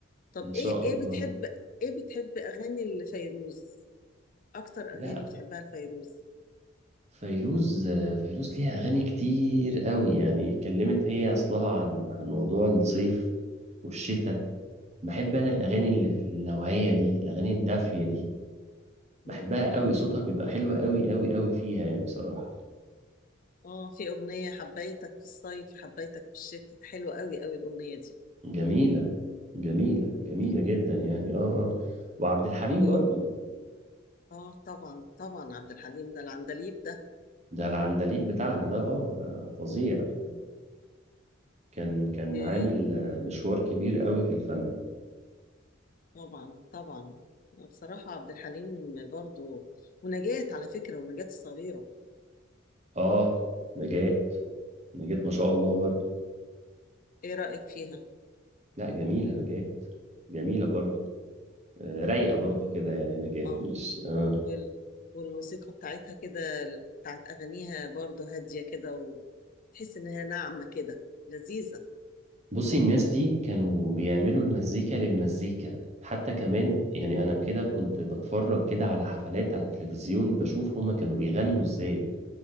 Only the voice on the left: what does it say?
طب
ايه ايه
بتحب ايه بتحب اغاني لفيروز اكتر
اغاني بتحبها لفيروز
مم.
مم.
اه في اغنية حبيتك في الصيف حبيتك في الشتاء حلوة قوي قوي الاغنية دي
يعني
وأغ...
اه طبعا طبعا عبد الحليم ده العندليب ده
مم.
إيه
طبعا طبعا بصراحة عبد الحليم برضو ونجاة على فكرة ونجاة الصغيرة
ايه رأيك فيها؟
اه
وال... والموسيقى بتاعتها كده بتاعت أغانيها برضو هادية كده وتحس إنها ناعمة كده لذيذة